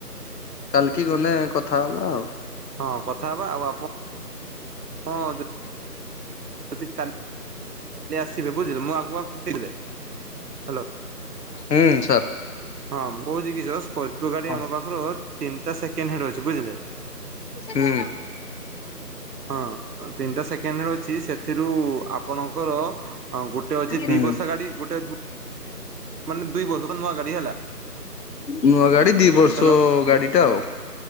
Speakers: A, on the left (about 80°); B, on the right (about 70°).
A: କାଲିକି ଗଣେ କଥା ହେବା ଆଉ।
B: ହଁ କଥା ହବା ଆଉ ଆପଣ ହଁ ଦେ ଯଦି କାଲି କାଲି ଆସିବେ ବୁଝିଲେ ମୁଁ ଆଗୁଆ <unintelligible> ହ୍ୟାଲୋ
A: ହୁଁ ସାର
B: ହଁ ମୁଁ କହୁଛି କି ସ୍କର୍ପିଓ ଗାଡି
A: ହଁ
B: ଆମ ପାଖରୁ ତିନିଟା ସେକଣ୍ଡ ହ୍ୟାଣ୍ଡ ଅଛି ବୁଝିଲେ?
A: ହୁଁ।
B: ହଁ ତିନିଟା ସେକେଣ୍ଡ ହେଣ୍ଡ ଅଛି ସେଥିରୁ ଆପଣଙ୍କର ହଁ ଗୋଟେ ଅଛି
A: ହୁଁ
B: ଦି ବର୍ଷା ଗାଡି ଗୋଟେ ମାନେ ଦୁଇ ବର୍ଷ ନୂଆ ଗାଡି ହେଲା।
A: ନୂଆ ଗାଡି ଦି ବର୍ଷ
B: ହ୍ୟାଲୋ
A: ଗାଡିଟା ଆଉ